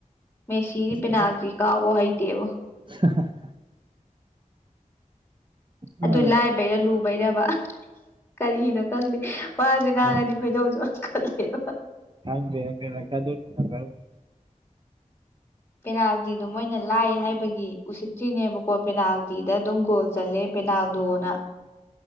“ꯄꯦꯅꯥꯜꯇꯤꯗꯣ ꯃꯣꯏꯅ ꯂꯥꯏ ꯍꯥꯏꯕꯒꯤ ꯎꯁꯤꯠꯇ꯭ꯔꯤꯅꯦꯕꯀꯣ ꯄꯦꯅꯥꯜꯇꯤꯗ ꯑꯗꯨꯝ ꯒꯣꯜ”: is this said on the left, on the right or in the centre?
Left